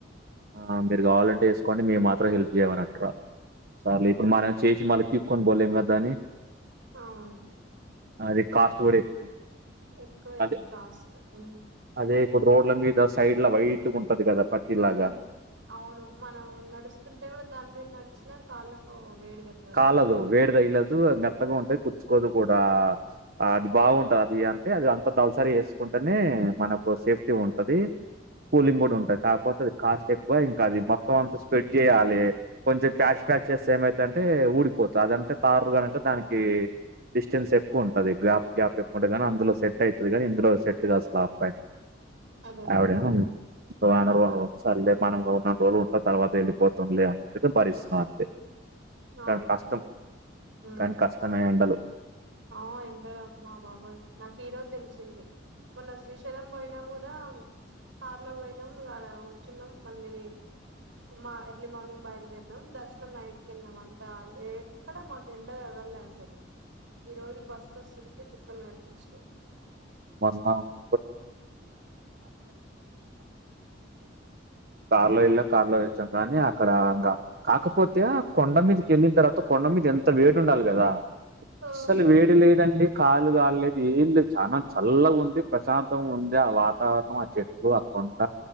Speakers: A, on the right; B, on the right.
A: ఆ మీరు కావాలంటే వేసుకొండి మేము హెల్ప్ చేయమని అంటున్నారు. సరే ఇప్పుడు మనం చేసి మళ్ళీ పీక్కోని పోలేం కదా దాన్ని
B: అవును.
A: అది కాస్ట్ గూడా ఎక్కువ.
B: ఎక్కువే
A: అదే
B: అది కాస్ట్. మ్
A: అదే ఇప్పుడు రోడ్ల మీద సైడ్ల వైట్ ఉంటాది కదా పట్టిలాగ
B: ఉమ్. అవును మనం నడుస్తుంటే కూడా దాని మీద నడిచినా కాళ్ళకు వేడి తెల్వదు.
A: కాలదు వేడి తగిలదు మెత్తగా ఉంటాయి. కుచ్చుకోదు కూడా అది బాగుంటంది
B: ఓకే
A: అది అది అంత దలసరి వేసుకుంటేనే మనకు సేఫ్టీ ఉంటది. కూలింగ్
B: ఉహు.
A: కూడా ఉంటది. కా పోతాది. కాస్ట్ ఎక్కువ ఇంకాది మొత్తం అంత స్ప్రెడ్ చేయాలి కొంచెం ప్యాచ్
B: ఉమ్.
A: ప్యాచ్ చే చేస్తే ఏమైతాది అంటే ఊడిపోతాది. అదంటే తారు కనుక దానికి డిస్టెన్స్ ఎక్కువు ఉంటాది.. గ్యాప్ గ్యాప్ ఎక్కువగానీ అందులో సెట్ ఐతాది. కానీ ఇందులో సెట్గాదు అసలు స్లాబ్ పైన
B: అదేనండి
A: అవిడేమో వారం వారం వస్తుంటే మనం ఉన్నన్ని రోజులు ఉంటాది. తర్వాత వెళ్ళిపోతుందిలే అనుకుంటా భరిస్తాంది.
B: అవునండి
A: కానీ కష్టం.
B: ఉమ్
A: కానీ కష్టమే ఎండలు.
B: ఆ ఎండ అమ్మా బాబాయ్ నాకు ఈరోజు తెలిసింది. మొన్న శ్రీశైలం పోయినా గూడా కార్ లో పోయినాం ఆడ కూర్చున్నాం మళ్ళీ మా ఎర్లీ మార్నింగ్ బయలుదేరినాం దర్శనం నైట్కి వెళ్లినాం అంతా ఏ అక్కడ మాకు ఎండ తగల్లే అసలు. ఈ రోజు బస్సులో వస్తుంటే చుక్కలు కనిపించినాయి.
A: వస్తావు <inaudible> కార్లో వెళ్ళి కార్లో వచ్చాం కానీ అక్కడా ఇంకా కాకపోతే ఆ కొండ మీదకేళ్ళిన తర్వాత కొండ మీద ఎంత వేడి ఉండాలి కదా?
B: అవును
A: అస్సలు వేడి లేదండి, కాళ్లు కాల్లేదు. ఏం లేదు చానా చల్లగా ఉంది ప్రశాంతంగా ఉంది ఆ వాతావరణం ఆచెట్లు ఆ కొండ